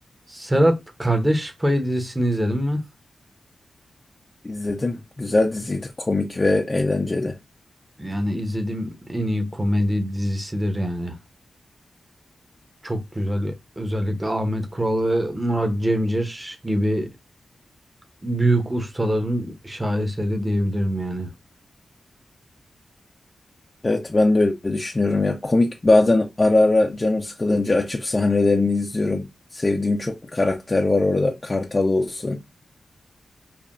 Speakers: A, on the right; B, on the left.
A: Serhat Kardeş Payı dizisini izledin mi?
B: İzledim. Güzel diziydi. Komik ve eğlenceli.
A: Yani izlediğim en iyi komedi dizisidir yani. Çok güzel. Özellikle Ahmet Kural ve Murat Cemcir gibi büyük ustaların şaheseri diyebilirim yani.
B: Evet ben de öyle düşünüyorum ya. Komik bazen ara ara canım sıkılınca açıp sahnelerini izliyorum. Sevdiğim çok karakter var orada. Kartal olsun.